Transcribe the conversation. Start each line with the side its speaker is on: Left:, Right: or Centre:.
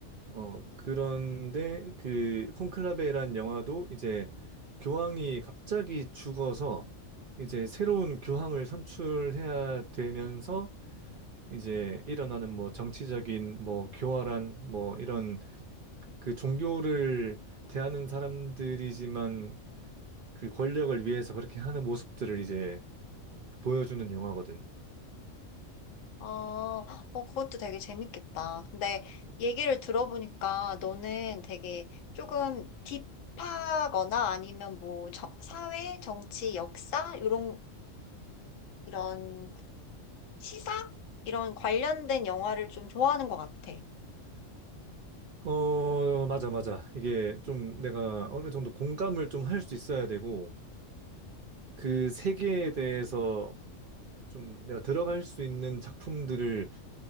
Right: 어, 그런데 그 콘클라베란 영화도 이제 교황이 갑자기 죽어서 이제 새로운 교황을 선출해야 되면서 이제 일어나는 뭐 정치적인 뭐 교활한 뭐 이런 그 종교를 대하는 사람들이지만 그 권력을 위해서 그렇게 하는 모습들을 이제 보여주는 영화거든.
Left: 어, 어, 그것도 되게 재밌겠다. 근데 얘기를 들어보니까 너는 되게 조금 딥하거나 아니면 뭐 저- 사회, 정치, 역사 이런 이런 시사 이런 관련된 영화를 좀 좋아하는 것 같아.
Right: 어, 맞아, 맞아. 이게 좀 내가 어느 정도 공감을 좀 할 수 있어야 되고, 그 세계에 대해서 좀 내가 들어갈 수 있는 작품들을